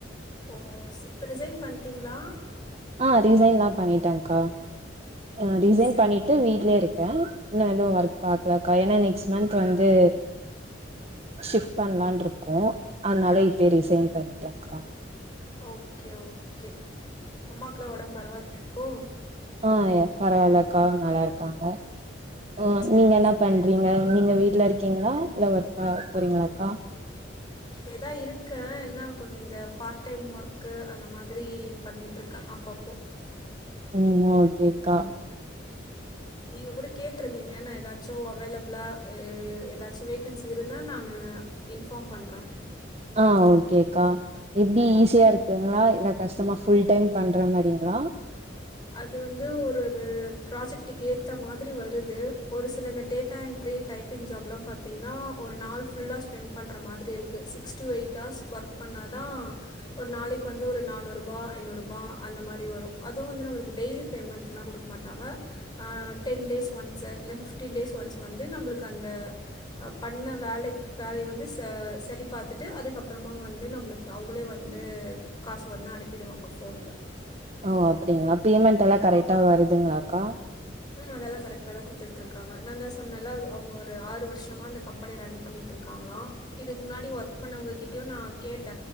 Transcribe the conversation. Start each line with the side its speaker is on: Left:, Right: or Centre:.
Left: ஓ செர் இப்ப ரிசைன் பண்ட்டீங்களா
Right: ஆஹ் ரிசைன்லா பண்ணிட்டக்கா
Left: ஓ
Right: அஹ் ரிசைன்
Left: சரி
Right: பண்ணிட்டு வீட்லயே இருக்க கே இன்னு எதுவு ஒர்க் பாக்கலக்கா ஏன்னா நெக்ஸ்ட் மன்த் வந்து ஷிப்ட் பண்ணலான்ட்ருக்கோ அத்னால இப்பயே ரிசைன் பண்ணிட்டேன்க்கா
Left: ஓகே ஓகே அம்மாக்குல்லா ஒடம்பு பரவால்லயா ஓஹ்
Right: ஆஹ் ய பரவால்லக்கா நல்லாருக்காங்க உம்
Left: சேரி
Right: நீங்க என்ன
Left: சேரி
Right: பண்றீங்க நீங்க வீட்ல இருக்கீங்களா இல்ல ஒர்க் பா போறீங்களாக்கா
Left: எதா இருக்கேன் என்னா கொஞ்ச இந்த பார்ட் டைம் ஒர்க்கு அந்த மாதிரி பண்ணிட்டு ருக்கேன் அப்பப்போ
Right: உம் ஓகேக்கா
Left: நீங்க கூட கேட்ருந்தீங்க நா எதாச்சும் அவைலபுளா எ எதாச்சு வேக்கன்சி இருந்தா நானு இன்பார்ம் பண்ற
Right: ஆ ஓகேக்கா எப்டி ஈஸியா இருக்குங்ளா இல்ல கஷ்டமா ஃபுல் டைம் பண்ற மாரிங்களா
Left: அது வந்து ஒரொரு ப்ராஜெக்ட்டுக்கு ஏத்த மாதிரி வருது ஒரு சில இந்த டேட்டா என்ட்ரி டைப்பிங் ஜாப்லா பாத்திங்னா ஒரு நாள் ஃபுல்லா ஸ்பெண்ட் பண்ற மாதிரி இருக்கு six to eight hours work பண்ணாதா ஒரு நாளைக்கு வந்து ஒரு நானூறுபா ஐநூறுபா அந்த மாரி வரு அது வந்து நம்மளுக் டெய்லி பேமெண்ட்லா குடுக்க மாட்டாங்க ஆ டென் டேஸ் ஒன்ஸு இல்ல ஃபிஃப்டீன் டேஸ் ஒன்ஸ் வந்து நம்ளுக்கு அந்த பண்ண வேலைக் வேலைய வந்து ச சரி பாத்துட்டு அதுக்கப்புறமா வந்து நம்ளுக்கு அவங்களே வந்து காசு வந்து அனுப்பிடுவாங்க ஃபோன்ல
Right: ஓ அப்டிங்ளா பேமெண்டெல்லா கரெக்ட்டா வருதுங்ளாக்கா
Left: ம் அதெல்லா கரெக்டா தா குத்துட்ருக்காங்க நாந்தா சொன்னல்ல அவங்க ஒரு ஆறு வருஷமா இந்த கம்பெனி ரன் பண்ணிட்ருக்காங்களா இதுக்கு முன்னாடி ஒர்க் பண்ணவங்க கிட்டயு நா கேட்ட